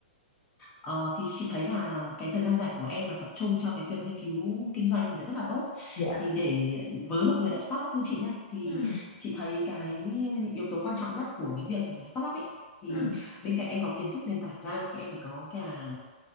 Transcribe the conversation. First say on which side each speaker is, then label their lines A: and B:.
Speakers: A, on the left (about 20°); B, on the left (about 45°).
A: Ờ, thì chị thấy là cái thời gian rảnh của em mà tập trung cho cái việc nghiên cứu kinh doanh thì nó rất là tốt
B: Dạ.
A: thì để với một người đã start up như chị nhá thì
B: Ừ.
A: chị thấy cái những yếu tố quan trọng nhất của cái việc là start up ấy thì
B: Ừ.
A: bên cạnh em có kiến thức nền tảng ra thì em phải có cả